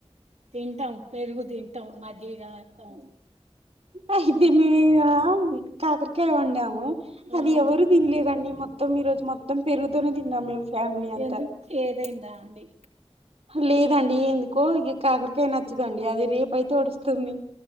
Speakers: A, on the right (about 85°); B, on the right (about 65°).
A: తింటాం పెరుగు తింటాం మజ్జిగా రాస్తాం
B: అయితే మేము ఇగ కాకరకాయ వండాము అది
A: అవునా
B: ఎవరు తినలేదండి మొత్తం ఈ రోజు మొత్తం పెరుగుతోనే తిన్నాం మేము ఫ్యామిలీ అంతా
A: ఎందుకు చేదయింద అండి
B: లేదండి ఎందుకో ఇ కాకరకాయ నచ్చదండి అది రేప అయితే ఒడుస్తుంది